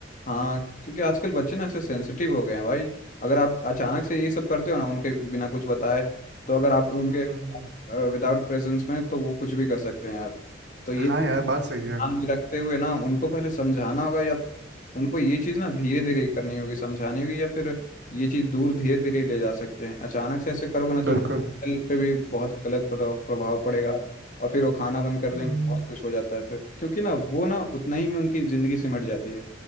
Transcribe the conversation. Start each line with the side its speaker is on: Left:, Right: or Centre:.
Left: हाँ क्योंकि आजकल बच्चे ना ऐसे सेंसिटिव हो गए हैं भाई अगर आप अचानक से ये सब करते हो ना उनके बिना कुछ बताए तो अगर आप उनके
Right: हम्म हम्म,
Left: विदाउट प्रेजेंस में तो वो कुछ भी कर सकते हैं यार तो ये
Right: हाँ
Left: चीज़
Right: यार बात सही
Left: ध्यान
Right: है
Left: में रखते हुए ना उनको पहले समझाना होगा या फिर उनको ये चीज़ ना धीरे धीरे करनी होगी समझानी होगी या फिर ये चीज़ दूर धीरे धीरे ले जा सकते हैं अचानक से ऐसे करोगे ना तो
Right: बिल्कुल
Left: उनके हेल्थ पे भी बहुत गलत प्रभाव प्रभाव पड़ेगा और फिर वो खाना बंद कर
Right: हम्म
Left: देंगे बहुत कुछ हो जाता है फिर क्योंकि ना वो ना उतना ही में उनकी ज़िंदगी सिमट जाती है